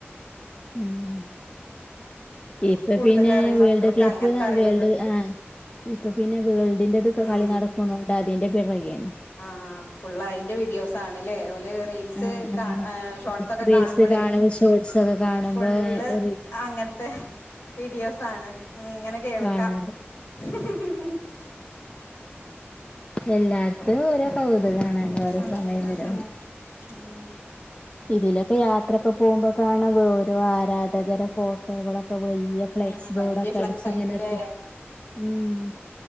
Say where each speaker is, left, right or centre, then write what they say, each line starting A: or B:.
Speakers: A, on the left; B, on the left.
A: ഉം ഇപ്പൊ
B: കൂടുതൽ
A: പിന്നെ
B: അറിയും മക്കൾക്ക്
A: വേൾഡ് ക്ലബ്ബ്
B: അങ്ങനത്തെ അറിവുകൾ
A: വേൾഡ് ആ ഇപ്പൊ പിന്നെ വേൾഡിന്റെതൊക്കെ
B: ഉം
A: കളി നടക്കുണോണ്ട് അതിന്റെ പിറകെയാണ്
B: ആഹ് ഫുള്ള അതിന്റെ വീഡിയോസാണ്ല്ലേ അതേപോലെ റീൽസ്
A: ആഹ്
B: കാ
A: ആഹ്
B: ഷോർട്സ് ഒക്കെ
A: റീൽസ്
B: കാണുമ്പോളെ
A: കാണുമ്പോ ഷോർട്സ് ഒക്കെ കാണുമ്പോ
B: ഫുള്ള്
A: റീൽസ്
B: അങ്ങനത്തെ വീഡിയോസാണ് ഇങ്ങനെ കേൾക്കാ
A: ആണ്
B: <unintelligible>
A: എല്ലാത്തും ഓരോ കൗ അത് കാണ ഓരോ
B: ഉം
A: സമയം
B: അതെ
A: വരും
B: ഉം
A: ഇതിലൊക്കെ യാത്രൊക്കെ പോകുമ്പോ കാണ ഓരോ ആരാധകര ഫോട്ടോകളൊ ഒക്കെ വലിയ ഫ്ലെക്സ്
B: ഉം വല്യ
A: ബോർഡൊക്കെ
B: ഫ്ലക്സ്
A: അടിച്ച്
B: ആയിട്ട്ല്ലേ
A: ഇങ്ങനെ ഉം